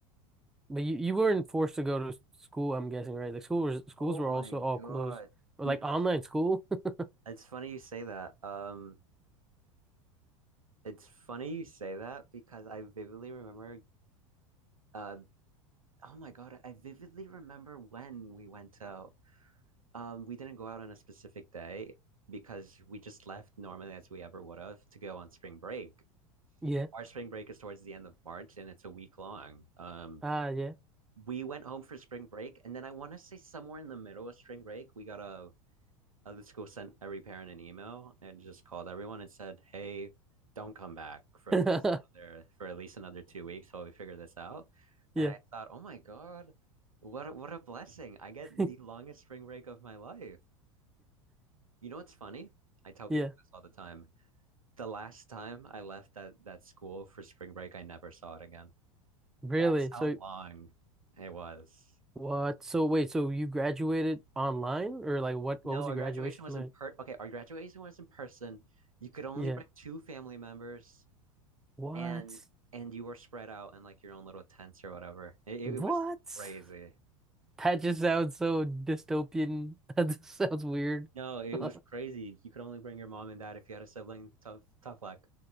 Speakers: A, in the centre; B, on the right.
A: But you, you weren't forced to go to school, I'm guessing, right? Like school was, schools
B: Oh
A: were
B: my
A: also all
B: God.
A: closed. Or
B: You
A: like
B: know
A: online
B: what's
A: school. <laughs>
B: it's funny you say that. Um, it's funny you say that because I vividly remember uh oh my God, I vividly remember when we went out. Um, we didn't go out on a specific day because we just left normally as we ever would have to go on spring break.
A: Yeah.
B: Our spring break is towards the end of March and it's a week long. Um,
A: Ah, yeah.
B: we went home for spring break and then I want to say somewhere in the middle of spring break, we got a uh, the school sent every parent an email and just called everyone and said, "Hey, don't come back for
A: <laughs>
B: at least another for at least another two weeks while we figure this out."
A: Yeah.
B: And I thought, "Oh my God, what a, what a blessing! I get
A: <laughs>
B: the longest spring break of my life." You know what's funny? I tell people
A: Yeah.
B: this all the time. The last time I left that that school for spring break, I never saw it again.
A: Really?
B: That's
A: So
B: how long it was.
A: what? So wait, so you graduated online or like what
B: No,
A: what was
B: our
A: your
B: graduation
A: graduation
B: was
A: like?
B: in per okay, our graduation was in person. You could only
A: Yeah.
B: bring two family members.
A: What?
B: and and you were spread out in like your own little tents or whatever. It, it
A: What?
B: was crazy.
A: That just sounds so dystopian. <laughs> That just sounds weird.
B: No, it
A: <laughs>
B: was crazy. You could only bring your mom and dad if you had a sibling. Tough, tough luck.